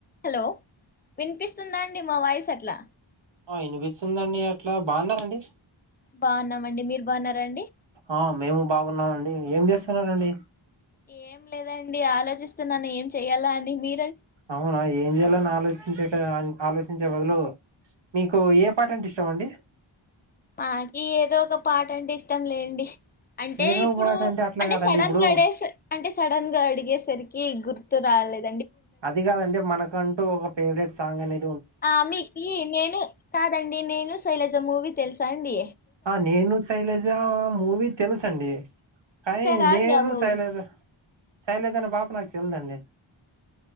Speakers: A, on the left; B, on the right.
A: Hello వినిపిస్తుందా అండి మా వాయిస్ ఎట్లా
B: ఆ వినిపిస్తుందండి అట్లా బాగున్నారండి
A: బాగున్నామండి మీరు బాగున్నారండి
B: ఆ మేము బాగున్నామండి ఏం చేస్త సనారండి
A: ఏం లేదండి ఆలోచిస్తున్నాను ఏం చెయాలా అని మీ
B: అవునా ఏం చేయాలని ఆలోచించే ఆలోచించే బదులు మీకు ఏ పాట అంటే ఇష్టం అండి
A: మాకి ఏదో ఒక పాట అంటే ఇష్టం లేండి అంటే
B: ఏదో
A: ఇప్పుడు
B: ఒక పాట అట్లా
A: అంటే
B: కాదండి
A: సడన్
B: ఇప్పుడు
A: గా అడే అంటే సడన్ గా అడిగేసరికి గుర్తు రాలదు
B: అది కాదండి మనకంటూ ఒక ఫేవరెట్ సాంగ్ అనీ
A: ఆ మీకు నేను కాదండి నేను శైలజ మూవీ తెలుసాండి
B: ఆ నేను శైలజ మూవీ త తెలుసు అండి కానీ
A: చూసారా
B: నేను
A: అండి ఆ మూవీ
B: శైలజ శైలేజ అనే పాప నాకు తెలియదండి